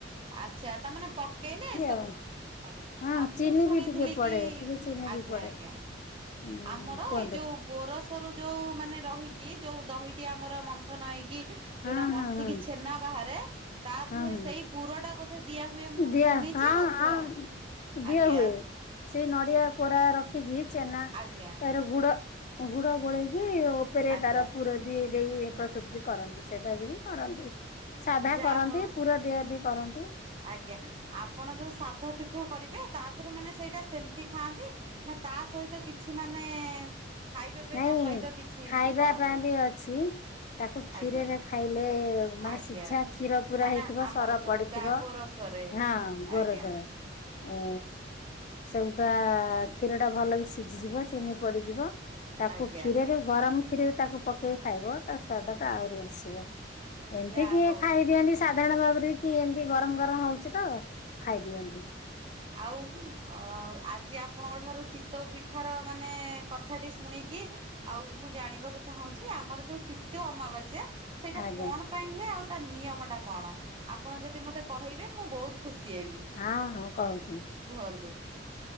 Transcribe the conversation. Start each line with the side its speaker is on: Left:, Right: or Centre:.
Right: ଆଚ୍ଛା ତାମାନେ ପକେଇଲେ ଏ ସବୁ
Left: ଆଉ
Right: ଆଜ୍ଞା
Left: ହଁ
Right: ଆଉ ମୁଁ
Left: ଚିନି
Right: ଶୁଣିଥିଲି
Left: ବି ଟିକେ ପଡେ
Right: କି
Left: ଟିକେ ଚିନି
Right: ଆଜ୍ଞା
Left: ବି ପଡେ
Right: ଆଜ୍ଞା
Left: ହୁଁ
Right: ଆମର ଏଇ
Left: କୁହନ୍ତୁ
Right: ଯୋଉ ଗୋରସରୁ ଯୋଉ ମାନେ ରହିକି ଯୋଉ ଦହିଟି ଆମର ମନ୍ଥନ ହେଇକି
Left: ହଁ
Right: ଯୋଉଟା ବସିକି
Left: ହଁ ହଁ
Right: ଛେନା ବାହାରେ ତା ଦେହରେ
Left: ହଁ ହଁ
Right: ସେଇ ପୁରଟା ଦିଆ ହୁଏ ମୁଁ
Left: ଦିଆ
Right: ଶୁଣିଛି
Left: ହଁ
Right: ବନ୍ଧ
Left: ହଁ ଦିଆ
Right: ଆଜ୍ଞା
Left: ହୁଏ। ସେଇ ନଡ଼ିଆ କୋରା ରଖିଛି ଛେନା
Right: ଆଜ୍ଞା
Left: ରୁ ଗୁଡ଼ ଗୁଡ଼ ଗୋଳେଇକି ଆଉ ଉପରେ
Right: ଆଜ୍ଞା
Left: ତାର ପୁର ଦି ଦେଇ ପ୍ରସ୍ତୁତ ବି କରନ୍ତି ସେଟାକ ବି କରନ୍ତି। ସାଧା
Right: ଯାହା
Left: କରନ୍ତି
Right: ହଉ
Left: ପୁର ଦେହ ବି କରନ୍ତି।
Right: ଆଜ୍ଞା ଆପଣ ଯେଉ ସାଧା ପିଠା କରିବେ ତା ଦେହରେ ମାନେ ସେଇଟା ସିମତି ଖାଆନ୍ତି। ନା ତା ସହିତ କିଛି ମାନେ ଖାଇବା ପାଇଁ
Left: ନାଇଁ
Right: ତା ସହିତ କିଛି
Left: ଖାଇବା
Right: କରନ୍ତି
Left: ପାଇଁ ବି ଅଛି। ତାକୁ କ୍ଷୀରରେ
Right: ଆଜ୍ଞା
Left: ଖାଇଲେ ମାନେ
Right: ଆଜ୍ଞା
Left: ସିଝା କ୍ଷୀର ପୁରା
Right: ମାନେ
Left: ହେଇଥିବ
Right: ଆମର
Left: ସର
Right: ଯୋଉ
Left: ପଡ଼ିଥିବ।
Right: ଗା ଗୋରସରେ
Left: ହଁ ଗରେଛ
Right: ଆଜ୍ଞା
Left: ଓ ସେବୁଟା କ୍ଷୀର ଟା ଭଲ ସିଝିଯିବ ଚିନି ପଡ଼ିଯିବ ତାକୁ
Right: ଆଜ୍ଞା
Left: କ୍ଷୀରରେ ଗରମ କ୍ଷୀରରେ ତାକୁ ପକେଇକି ଖାଇବ ତା ସ୍ବାଦଟା ଆହୁରି ଆସିବ। ଏମିତି
Right: ଯାହା
Left: କି
Right: ହଉ
Left: ଖାଇଦିଅନ୍ତି ସାଧାରଣ ଭାବରେ କି ଏମତି ଗରମ ଗରମ ହଉଛି ତ ଖାଇଦିଅନ୍ତି।
Right: ଆଉ ଅ ଆଜି ଆ ଆପଣଙ୍କ ଠାରୁ ଚିତଉ ପିଠାର ମାନେ କଥାଟି ଶୁଣିକି ଆଉ ମୁଁ ଜାଣିବାକୁ ଚାହୁଁଛି ଆମର ଯୋଉ ଚିତ୍ତ ଅମାବାସ୍ୟା ସେଇଟା
Left: ଆଜ୍ଞା
Right: କଣ ପାଇଁ ହୁଏ ଆଉ ତାର ନିୟମ ଟା କଣ ଆପଣ ଯଦି ମତେ କହିବେ ମୁଁ ବହୁତ ଖୁସି ହେବି।
Left: ଆଁ ହଁ କହୁଚି।
Right: କୁହନ୍ତୁ?